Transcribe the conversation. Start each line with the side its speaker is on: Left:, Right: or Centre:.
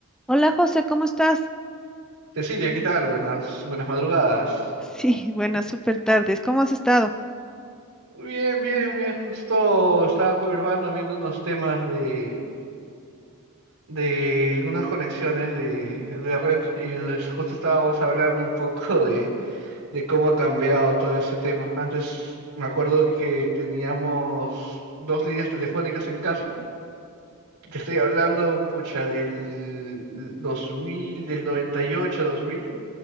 Centre: Hola José, ¿cómo estás?
Right: Cecilia, ¿qué tal? Buenas, buenas madrugadas.
Centre: Sí, buenas,
Right: Ay,
Centre: súper tardes. ¿Cómo has estado?
Right: Bien, bien, bien. Justo estaba con mi hermano viendo unos temas de, de unas conexiones de, de red y nos- justo estábamos hablando un poco <laughs> de, de cómo ha cambiado todo ese tema. Antes me acuerdo que teníamos dos líneas telefónicas en casa. Te estoy hablando, pucha, del 2000, del 98, 2000.